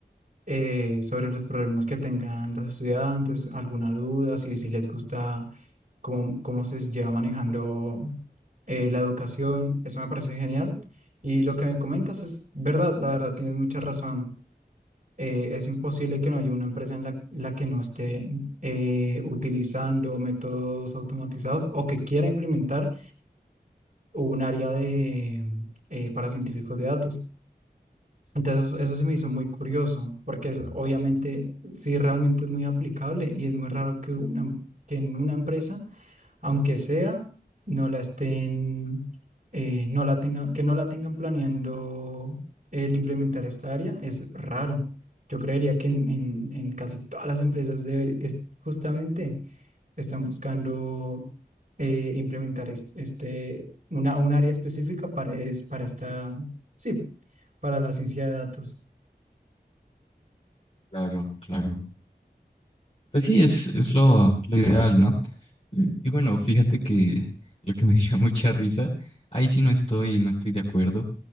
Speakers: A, on the right; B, on the left.
A: eh, sobre los problemas que tengan los estudiantes, alguna duda, si, si les gusta cómo, cómo se lleva manejando eh, la educación. Eso me parece genial. Y lo que me comentas es verdad, la verdad, tienes mucha razón. Eh, es imposible que no haya una empresa en la, la que no esté eh, utilizando métodos automatizados o que quiera implementar o un área de, eh, para científicos de datos. Entonces eso se me hizo muy curioso, porque es, obviamente sí realmente es muy aplicable y es muy raro que, una, que en una empresa, aunque sea, no la estén, eh, no la tengan, que no la tengan planeando el implementar esta área, es raro. Yo creería que en, en- en casi todas las empresas deber- es justamente están buscando eh, implementar es- este, una, un área específica para, es, para esta, sí, para la ciencia de datos.
B: Claro, claro. Pues sí, es, es lo, lo ideal, ¿no? Y y bueno, fíjate que lo que me dio <laughs> mucha risa, ahí sí no estoy, no estoy de acuerdo,